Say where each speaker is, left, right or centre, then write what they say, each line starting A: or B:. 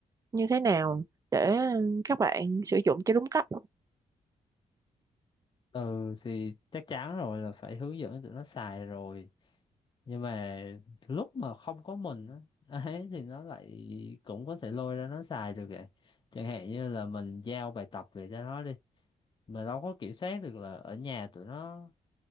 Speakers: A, on the right; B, on the left.
A: như thế nào để các bạn sử dụng cho đúng cách
B: ừ thì chắc chắn rồi là phải hướng dẫn tụi nó xài rồi nhưng mà lúc mà không có mình á <laughs> ấy thì nó lại cũng có thể lôi ra nó xài được vậy chẳng hạn như là mình giao bài tập về cho nó đi mà đâu có kiểm soát được là ở nhà tụi nó